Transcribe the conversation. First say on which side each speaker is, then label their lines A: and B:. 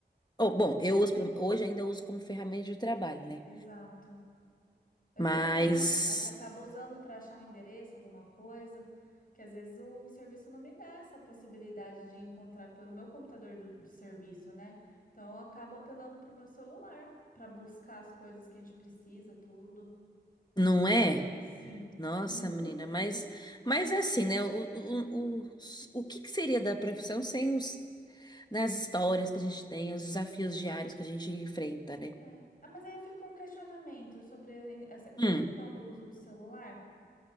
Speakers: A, on the left; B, on the left.
A: Oh, bom, eu uso, pelo- hoje ainda eu uso como ferramenta de trabalho, né?
B: exato. Eu
A: Mas
B: também. Até acabo usando para achar um endereço, alguma coisa, que às vezes o serviço não me dá essa possibilidade de encontrar pelo meu computador do, do serviço, né? Então eu acabo apelando para o meu celular para buscar as coisas que a gente precisa, tudo.
A: não é?
B: Sim,
A: Nossa,
B: é muito
A: menina,
B: útil.
A: mas, mas é assim, né? O, o, o, o que que seria da profissão sem os nas histórias que a gente tem, os desafios diários que a gente enfrenta, né?
B: É. Ah, mas aí fica um questionamento sobre essa
A: Hum,
B: questão do uso do celular.